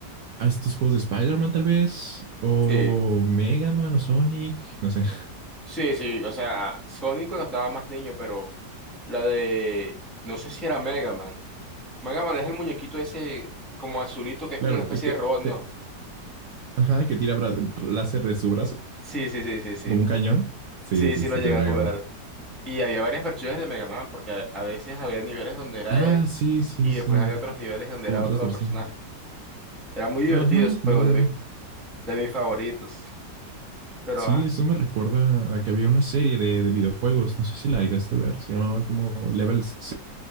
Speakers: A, on the right; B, in the centre.
A: a estos juegos de Spider-Man tal vez, o
B: Sí,
A: Mega Man o Sonic, no sé. <laughs>
B: sí, sí. O sea, Sonic cuando estaba más niño, pero la de no sé si era Mega Man. Mega Man es el muñequito ese como azulito que es
A: Claro,
B: como una especie
A: el que,
B: de robot, ¿no?
A: eh, ajá, que tira bra- láser de su brazo,
B: Sí, sí, sí, sí, sí.
A: como un cañón. Sí,
B: Sí,
A: sí,
B: sí
A: sí,
B: lo llegué
A: es el
B: a
A: Mega
B: jugar.
A: Man.
B: Y había varias versiones de Mega Man, porque a veces había niveles donde era
A: Ah,
B: él
A: sí, sí,
B: y
A: sí,
B: después había otros niveles donde
A: como
B: era
A: otras
B: otro
A: versiones.
B: personaje. Era muy divertido
A: Ajá,
B: ese juego,
A: doble.
B: de, mi- de mis favoritos. Pero,
A: Sí,
B: ajá,
A: eso me recuerda a que había una serie de, de videojuegos, no sé si la llegaste a ver, se llamaba como Level, Se-